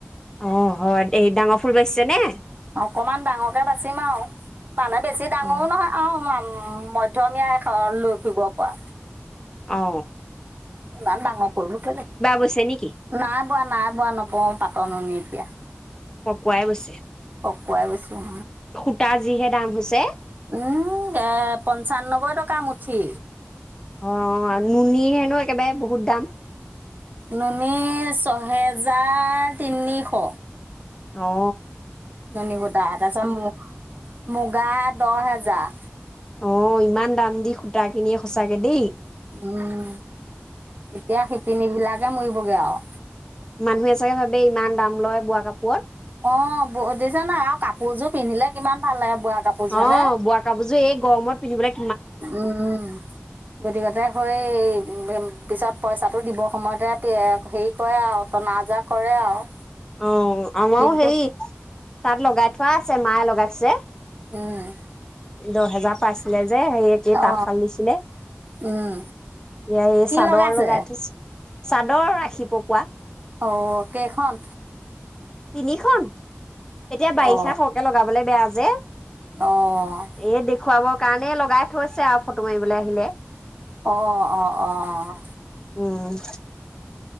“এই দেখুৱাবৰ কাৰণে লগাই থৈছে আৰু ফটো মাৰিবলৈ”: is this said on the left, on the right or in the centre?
Left